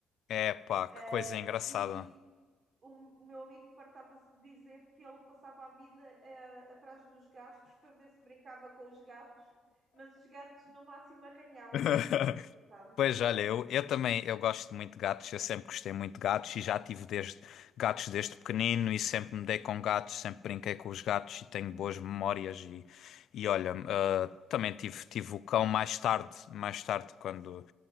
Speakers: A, on the left; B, on the right.
A: É, pá,
B: Ah,
A: que coisa engraçada.
B: e o, o meu amigo fartava-se de dizer que ele passava a vida eh, atrás dos gatos para ver se brincava com os gatos, mas os gatos no máximo arranhavam,
A: <laughs>
B: sabe?
A: Pois olha, eu, eu também eu gosto muito de gatos, eu sempre gostei muito de gatos e já tive desde, gatos desde pequenino e sempre me dei com gatos, sempre brinquei com os gatos e tenho boas memórias e, e olha, ah, também tive, tive o cão mais tarde, mais tarde quando